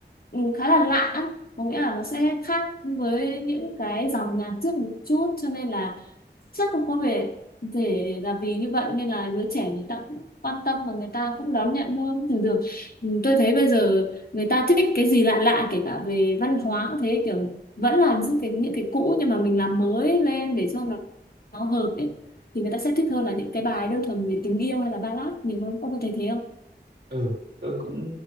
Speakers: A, on the left; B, on the right.
A: ừm, khá là lạ á. có nghĩa là nó sẽ khác với những cái dòng nhạc trước một chút cho nên là chắc cũng có vẻ thể là vì như vậy nên là giới trẻ người ta cũng quan tâm và người ta cũng đón nhận hơn thường thường ừm, tôi thấy bây giờ người ta thích cái gì lạ lạ kể cả về văn hóa cũng thế kiểu vẫn là những cái những cái cũ nhưng mà mình làm mới lên để cho nó, nó hợp ấy thì người ta sẽ thích hơn là những cái bài đơn thuần về tình yêu hay là ballad nhiều hơn ông có thấy thế không
B: ừ tôi cũng